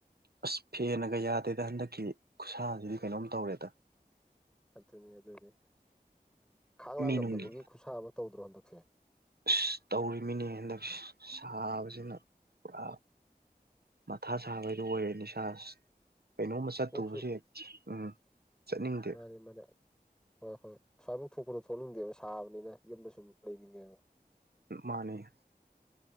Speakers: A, on the right (about 80°); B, in the centre.
A: ꯑꯁ ꯐꯦꯟꯅꯒ ꯌꯥꯗꯦꯗ ꯍꯟꯗꯛꯀꯤ ꯈꯨꯠꯁꯥꯁꯤꯗꯤ ꯀꯩꯅꯣꯝ ꯇꯧꯔꯦꯗ
B: ꯑꯗꯨꯅꯤ ꯑꯗꯨꯅꯤ ꯈꯥꯡ ꯂꯥꯛ
A: ꯃꯤ
B: ꯉꯝꯗꯕꯒꯤ
A: ꯅꯨꯡꯒꯤ
B: ꯈꯨꯠꯁꯥ ꯑꯃ ꯇꯧꯗ꯭ꯔꯣ ꯍꯟꯗꯛꯁꯦ
A: ꯑꯁ ꯇꯧꯔꯤꯃꯤꯅꯦ ꯍꯟꯗꯛ ꯁꯥꯕꯁꯤꯅ ꯄꯨꯔꯥ ꯃꯊꯥ ꯁꯥꯕ ꯍꯥꯏꯗꯣ ꯑꯣꯏꯔꯦꯅꯦ ꯏꯁꯥꯁꯤ ꯀꯩꯅꯣꯝꯃ ꯆꯠꯇꯨꯕꯁꯦ
B: ꯀꯣꯛꯁꯦ
A: ꯍꯦꯛ ꯎꯝ ꯆꯠꯅꯤꯡꯗꯦ
B: <unintelligible> ꯍꯣꯏ ꯍꯣꯏ ꯑꯁ꯭ꯋꯥꯏꯐꯥꯎ ꯊꯣꯛꯄꯗꯣ ꯊꯣꯛꯅꯤꯡꯗꯦꯕ ꯁꯥꯕꯅꯤꯅ ꯌꯨꯝꯗ ꯁꯨꯝ ꯂꯩꯅꯤꯡꯉꯦꯕ
A: ꯃꯥꯅꯤ